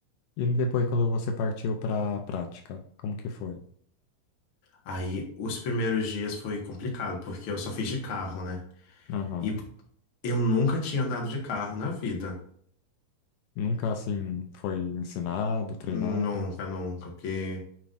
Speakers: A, on the left; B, on the left.
A: E depois, quando você partiu para a prática, como que foi?
B: Aí, os primeiros dias foi complicado, porque eu só fiz de carro, né?
A: Aham.
B: E eu nunca tinha andado de carro na vida.
A: Nunca, assim, foi ensinado, treinado?
B: Nunca, nunca. Porque